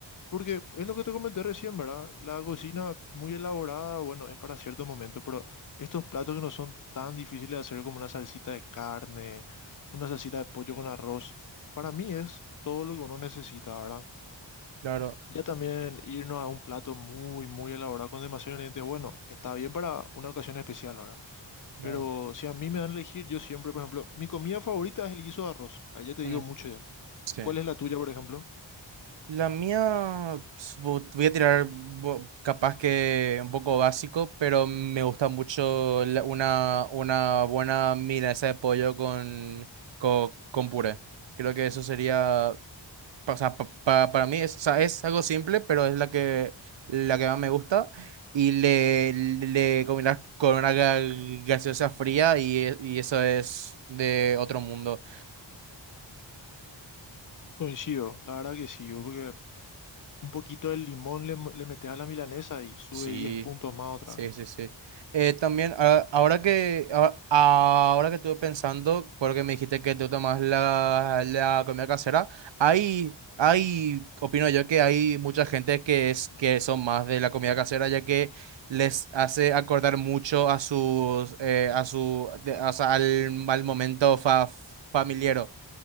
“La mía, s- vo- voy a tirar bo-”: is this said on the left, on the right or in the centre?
Right